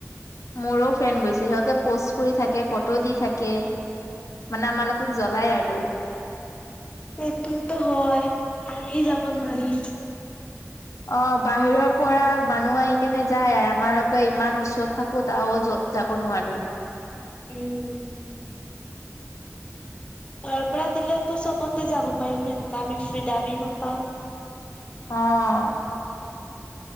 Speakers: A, on the left; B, on the left.
A: মোৰো ফ্ৰেণ্ড গৈছে সিহঁতে প'ষ্ট কৰি থাকে, ফটো দি থাকে। মানে আমালোকক জ্বলাই আৰু।
B: সেইটোতো হয় আহমি যাব নোৱাৰি।
A: উম <inaudible> অ', বাহিৰৰ পৰা মানুহ আহি কেনে যায় আৰু আমাৰোকে ইমান ওচৰত থাকোঁ তাও যো যা যাব নোৱাৰোঁ।
B: উম। ঘৰ পৰা দিলেটো চবতে যাব পাৰিম সনেকা আমি ফ্ৰীডামেই নাপাওঁ।
A: অহ।